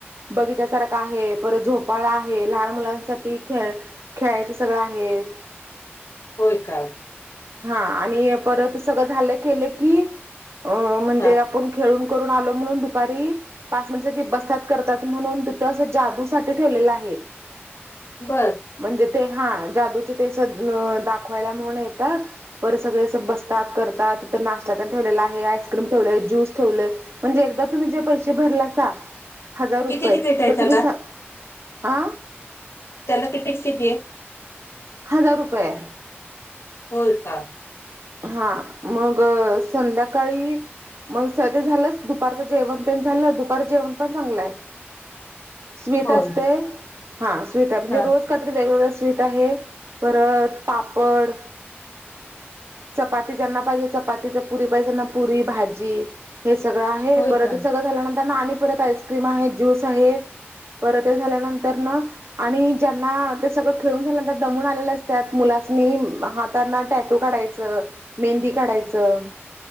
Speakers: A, on the right; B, on the left.
A: बगीचासारखा आहे परत झोपाळा आहे. लहान मुलांसाठी खेळ खेळायचे सगळं आहे.
B: होय का.
A: हा आणि परत सगळं झालं केलं की अ म्हणजे
B: हा
A: आपण. खेळून करून आलं म्हणून दुपारी पाच मिन गे बसतात करतात म्हणून तिथं अस जादूसाठी ठेवलेलं आहे.
B: बर.
A: म्हणजे ते हा जादूचे ते स दाखवायला म्हणून येतात. परत सगळे असं बसतात करतात तर नाश्ता त्यांण ठेवलेला आहे आइस्क्रीम ठेवले ज्यूस ठेवले. म्हणजे एकदा तुम्ही जे पैसे भरला स. हजार रुपये
B: किती तिकीट आहे
A: तर
B: त्याला
A: तुम्ही स ह.
B: त्याला किपिक स्थिती आहे.
A: हजार रुपये.
B: होोल का.
A: हा मग संध्याकाळी. मग स ते झालंच दुपारचं जेवण प झालं दुपार जेवण पण चांगलं आहे. स्वीट
B: होय
A: असते हा स्वीट म्हणजे
B: का
A: रोज. कातरी वेगवेगळ स्वीट आहे परत पापड. चपाती ज्यांना पाहिजे चपाती पुरी पाहिजे त्यांना पुरी भाजी. हे सगळं आहे
B: होय
A: परत
B: का
A: सगळं झाल्यानंतर ना आणि परत आइस्क्रीम आहे ज्यूस आहे. परत झाल्यानंतर न. आणि ज्यांना, ते सगळं खेळून झाल्यानंतर दमून आलेलं असत्यात, मुलास्नी हातांना टॅटू काढायचा च मेहंदी काढायचं.